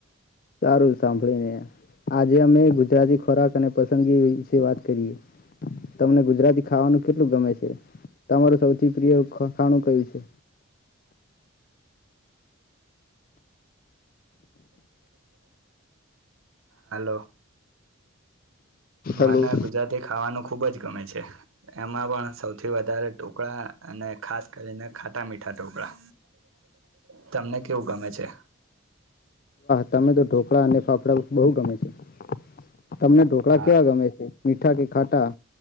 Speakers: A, on the left; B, on the right.
A: સારું સાંભળીને આજે અમે ગુજરાતી ખોરાક અને પસંદગી વિશે વાત કરીએ તમને ગુજરાતી ખાવાનું કેટલું ગમે છે તમારું સૌથી પ્રિય ખાણું કયું છે.
B: હલો.
A: હલો
B: મને ગુજરાતી ખાવાનું ખુબ જ ગમે છે એમાં પણ સૌથી વધારે ટુકડા અને ખાસ કરીને ખાટા મીઠા ટુકડા. તમને કેવું ગમે છે?
A: તમે તો ઢોકળા અને ફાફડા બહુ ગમે છે. તમને ઢોકળા
B: હા
A: કેવા ગમે છે? મીઠા કે ખાટા